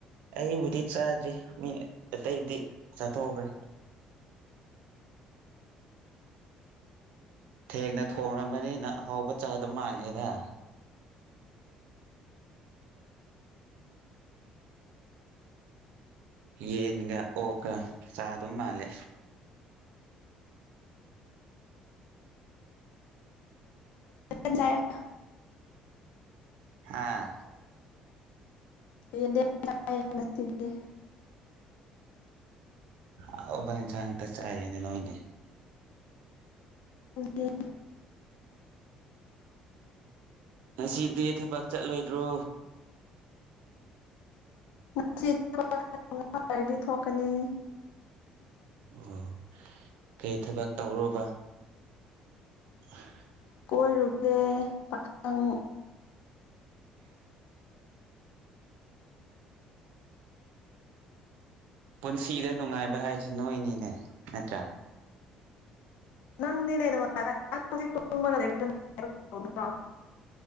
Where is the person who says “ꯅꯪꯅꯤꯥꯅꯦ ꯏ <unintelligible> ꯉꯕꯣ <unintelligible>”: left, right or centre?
Left